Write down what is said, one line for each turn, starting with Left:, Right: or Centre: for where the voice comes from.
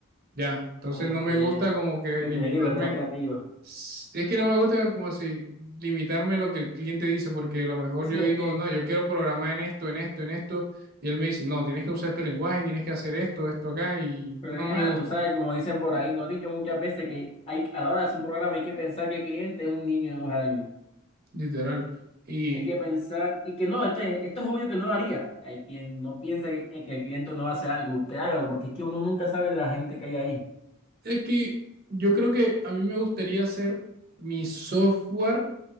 Right: Ya, entonces
Left: Ok,
Right: no me
Left: que
Right: gusta como que limitarme,
Left: te den libertad creativa.
Right: s- es que no me gusta como si limitarme a lo que el cliente dice, porque a lo mejor
Left: Sí,
Right: yo
Left: es
Right: digo,
Left: que,
Right: no, yo quiero programar en esto, en esto, en esto, y él me dice, no, tienes que usar este lenguaje, tienes que hacer esto, esto acá, y no
Left: pero es
Right: me
Left: que, ajá,
Right: gusta,
Left: tú sabes, como dicen por ahí, nos han dicho muchas veces que hay, a la hora de hacer un programa hay que pensar que el cliente es un niño de dos años.
Right: literal. Y
Left: Hay que pensar, y que no, este, esto es obvio que no lo haría. Ahí pien- no piense que, eh, que el cliente no va a hacer algo, usted hágalo, porque es que uno nunca sabe la gente que hay ahí.
Right: es que yo creo que a mí me gustaría hacer mi software